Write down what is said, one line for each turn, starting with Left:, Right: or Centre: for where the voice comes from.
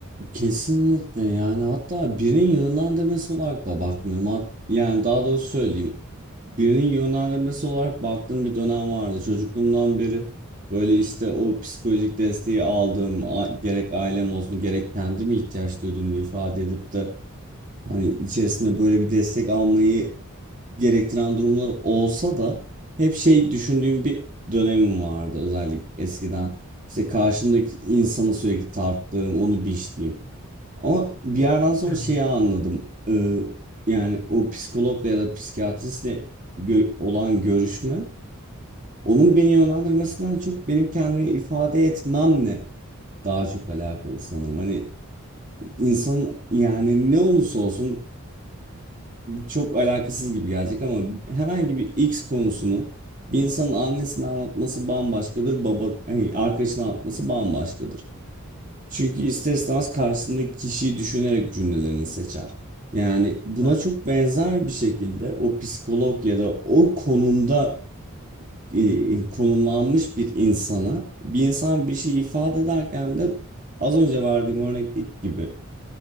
Right: Kesinlikle yani hatta birinin yönlendirmesi olarak da bakmıyorum. Hat- Yani daha doğrusu söyleyeyim. Birinin yönlendirmesi olarak baktığım bir dönem vardı. Çocukluğumdan beri böyle işte o psikolojik desteği aldığım a- gerek ailem olsun gerek kendim ihtiyaç duyduğumu ifade edip de hani içerisinde böyle bir destek almayı gerektiren durumlar olsa da hep şey düşündüğüm bir dönemim vardı özellikle eskiden. İşte karşımdaki insanı sürekli tarttığım, onu biçtiğim. Ama bir yerden sonra
Left: Hı hı.
Right: şeyi anladım. Ee, yani o psikologla ya da psikiyatristle gö- olan görüşme onun beni yönlendirmesinden çok benim kendimi ifade etmemle daha çok alakalı sanırım. Hani insanın yani ne olursa olsun çok alakasız gibi gelecek ama herhangi bir X konusunu bir insanın annesine anlatması bambaşkadır, baba, hani arkadaşına anlatması bambaşkadır. Çünkü ister istemez karşısındaki kişiyi düşünerek cümlelerini seçer. Yani buna
Left: Evet,
Right: çok benzer bir şekilde o psikolog ya da o konumda e, e, konumlanmış bir insana bir insan bir şey ifade ederken de az önce verdiğim örnekteki gibi